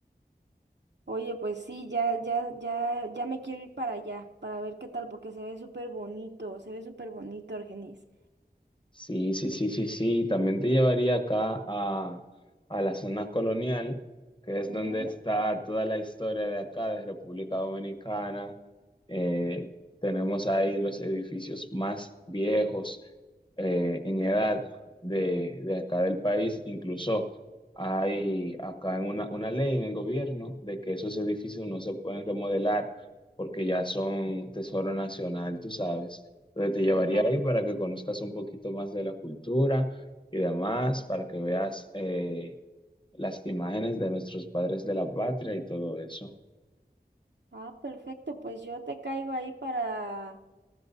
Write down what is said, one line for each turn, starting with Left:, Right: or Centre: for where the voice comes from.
Right: Oye, pues sí, ya, ya, ya, ya me quiero ir para allá, para ver qué tal, porque se ve súper bonito, se ve súper bonito, Argenis.
Left: Sí, sí, sí, sí, sí. También te llevaría acá a, a la zona colonial, que es
Right: Ujú.
Left: donde está toda la historia de acá, de República Dominicana. Eh, tenemos ahí los edificios más viejos eh, en edad de, de acá del país. Incluso hay acá en una, una ley en el gobierno de que esos edificios no se pueden remodelar porque ya son tesoro nacional, tú sabes donde te llevaría
Right: Ajá.
Left: ahí para que conozcas un poquito más de la cultura y demás, para que veas eh, las imágenes de nuestros padres de la patria y todo eso.
Right: Ah, perfecto, pues yo te caigo ahí para,